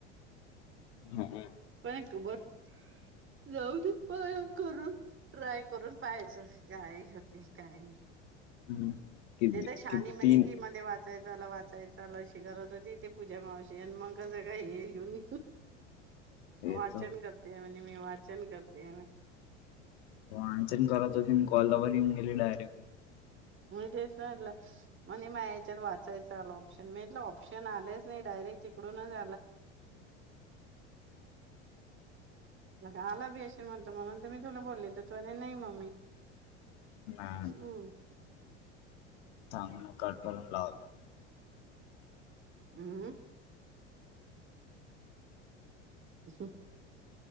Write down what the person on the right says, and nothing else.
कायक बर <unintelligible> जाऊ दे करून ट्राय करून पाहाचं काय होते काय नाही?
ते तर शानी
म्हणे की मध्ये वा वाचायला चला वाचायला अशी करत होती इथे पूजा मावशी आणि मग कसं काय हे घेऊने
वाचन करते म्हणे मी वाचन करते.
म्हणजेच म्हणे मया याच्यात वाचायचं आलं ऑप्शन म्हणे ऑप्शन आलेच नाही. <unintelligible> तुला मी आले असेल म्हटलं म्हणून मी तुला बोलली तर तु नाही मम्मी
हम्म
हम्म <unintelligible>